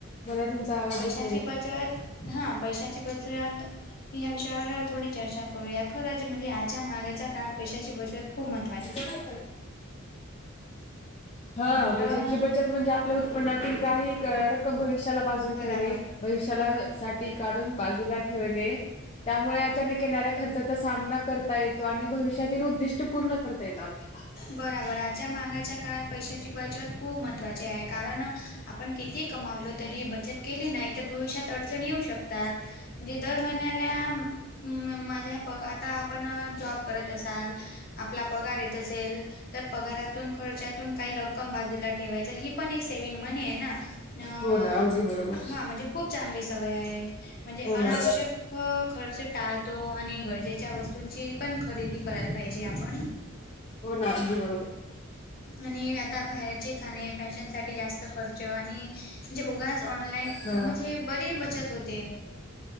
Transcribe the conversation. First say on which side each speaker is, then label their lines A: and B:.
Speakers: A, on the left; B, on the left.
A: मला तुमचा आवाज
B: पैशाची
A: येत
B: बचत हा. पैशाची बचत या विषयावर थोडी चर्चा करूया, खरंच म्हणजे आजच्या माहागाईच्या काळात पैशाची बचत खूप म
A: तुमच्याकडं हाय काय? हा.
B: म्हटलं
A: पैशांची बचत म्हणजे आपल्या उत्पन्नातील काही रक्कम भविष्याला बाजून
B: बराबर
A: ठेवणे. भविष्याला साठी काढून बाजूला ठेवणे. त्यामुळे अचानक येणाऱ्या खर्चाचा सामना करता येतो आणि भविष्यातील उद्दिष्ट पूर्ण करता येतात.
B: बराबर आजच्या महागाईच्या काळात पैशा ची बचत खूप महत्त्वाची आहे, कारण आपण किती कमावलो तरी बचत केली नाही तर, भविष्यात अडचण येऊ शकतात. म्हणजे दर महिन्याला माझ्या प आता आपण जॉब करत असाल आपला पगार ये त असेल तर, पगारातून खर्च्या तुन काही रक्कम बाजूला ठेवायच ही पण एक सेव्हिंग मनी हे ना? अ..
A: हो ना अगदी बरोबर
B: हा म्हणजे खूप चांगली सवय आहे म्हणजे
A: हो
B: अनावश्यक
A: ना
B: अ.. खर्च टाळतो आणि गरजेच्या वस्तूंची पण खरेदी करायला पाहिजे आपण.
A: हो ना अगदी बरोबर.
B: आणि आता बाहेरचे खाणे फॅशनसाठी जास्त खर्च आणि म्हणजे उगाच ऑनलाईन
A: हा
B: म्हणजे बरी बचत होते.